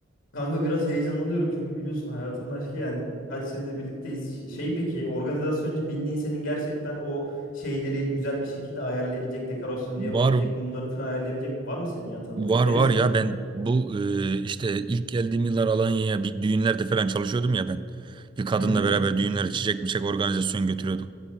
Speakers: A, on the left (about 75°); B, on the right (about 25°).
A: kanka biraz heyecanlanıyorum çünkü biliyorsun hayatımın aşkı yani. Kaç senedir birlikteyiz. Ş- Şey peki organizasyoncu bildiğin senin gerçekten o şeyleri güzel bir şekilde ayarlayabilecek, dekorasyonunu yapabilecek,
B: Var
A: mumlarını falan ayarlayabilecek var mı senin ya tanıdığın?
B: var
A: Neresi
B: var ya
A: var?
B: ben bu e, işte ilk geldiğim yıllar Alanya'ya bir düğünlerde falan çalışıyordum ya ben. Bir kadınla
A: Hı hı.
B: beraber düğünlere çiçek miçek organizasyon götürüyorduk.